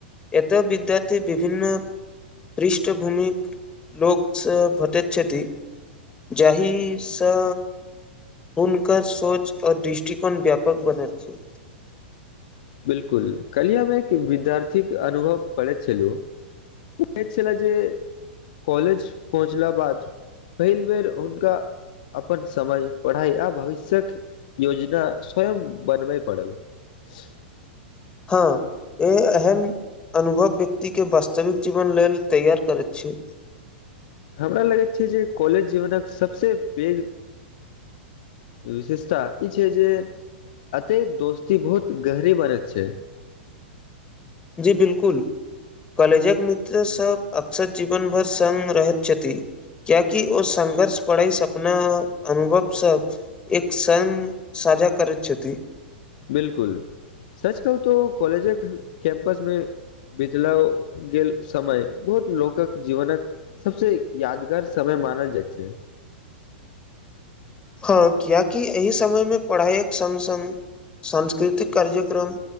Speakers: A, on the left (about 15°); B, on the left (about 50°).
A: एटा विद्यार्थी विभन्न पृष्ठभूमि लोककसँ भतत छति जाहि स हुनकर सोच आ दृष्टिकोण व्यापक बनत छै
B: बिलकुल कलियामे एक विद्यार्थी अनुभव पढ़ैत छैलु ओ छल जे कॉलेज पहुँचला बाद पहिल बेर हुनका अपन समय पढ़ाइ आ भविष्य्यक योजना स्वयं बनबय पड़ल ह
A: हँ ए एहन अनुभव व्यक्तिके वास्तविक जीवन लेल तैयार करैत छी
B: हमरा लगैत छै जे कॉलेज जीवनक सबसँ पैघ विशेषता ई छै जे अतेक दोस्ती बहुत गहरी बने छै
A: जी बिलकुल कॉलेजक मित्र सब अक्सर जीवन भर स् रहैत चति क्य कि ओ संघर्ष पड़ै सपना अनुभव सब एक स साझा कर पृछति
B: बिलकुल सच कहू त कॉलेजे कैं्पसमे बितला गेल समय बहुत लोकक जीवनक सबसे यादगार समय मानल जाइ छै
A: हँ कियकि एहि समयमे पढ़ाइक सङ्ग सङ्ग सांस्कृतिक कार्यक्रम